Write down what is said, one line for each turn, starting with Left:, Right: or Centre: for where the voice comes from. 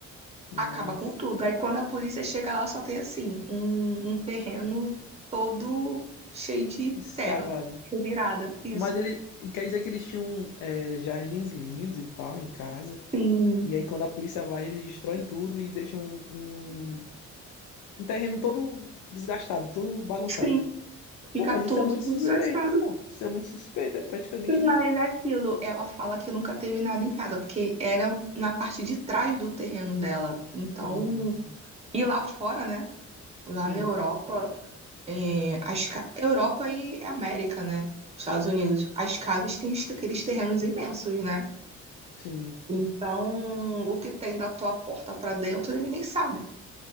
Left: Nossa,
Right: Acaba com tudo. Aí quando a polícia chega lá, só tem assim, um, um terreno todo cheio de
Left: escavado.
Right: terra, revirada. Isso.
Left: Mas ele, e quer dizer que eles tinham é, jardins lindos e tal em casa.
Right: Sim.
Left: E aí quando a polícia vai, eles destroem tudo e deixam um, um, um terreno todo desgastado, todo bagunçado.
Right: Sim. Fica
Left: Pô, mas isso
Right: tudo
Left: é muito suspeito,
Right: desgastado.
Left: pô. Isso é muito suspeito, é praticamente...
Right: Sim, Mas é aquilo, ela fala que nunca teve nada em casa, porque era na parte de trás do terreno dela. Então,
Left: Ah,
Right: e lá fora, né? lá
Left: sim,
Right: na Europa, é, as, ca- Europa e América, né? Estados Unidos, as casas têm os- aqueles terrenos imensos, né?
Left: sim.
Right: Então, o que tem da tua porta pra dentro, ninguém sabe.